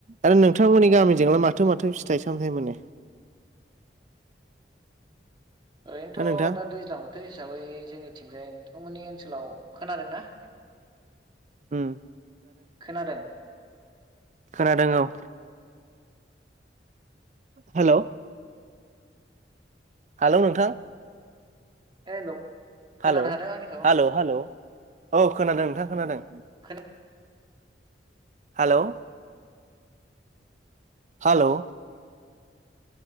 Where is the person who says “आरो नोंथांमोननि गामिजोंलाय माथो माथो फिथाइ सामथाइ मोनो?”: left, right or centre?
Right